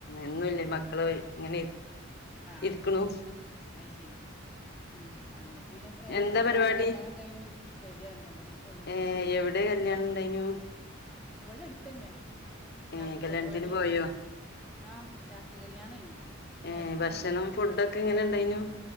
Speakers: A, on the left; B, in the centre.
A: എന്നുല്ലേ, മക്കള് ഇങ്ങനെ
B: ആ,
A: ഇരിക്കണു
B: ആഅത്ശരി, ഉം ഞാ ക്ക് പിന്നെ ഏതൊരു,
A: എന്താ
B: കല്യാണം
A: പരിപാടി
B: കല്യാണം കഴിഞ്ഞി, വരാണ്‌ കല്യാണം കഴിഞ്ഞു വന്നിട്ടള്ള ഇപ്പോ
A: ഏ എവിടെ കല്യാണം, ഉണ്ടായിനു?
B: ഇവിടെ എടുത്തന്നെ,
A: ഏ
B: രാത്രി
A: കല്യാണത്തിന്
B: പരിപാടിനി
A: പോയോ
B: ആ, രാത്രി കല്യാണ, ഇനി അ നേരത്തെ
A: ഏ ഭക്ഷണം
B: പോയിന്
A: ഫുഡൊക്കെ എങ്ങനെ ഉണ്ടായിനു?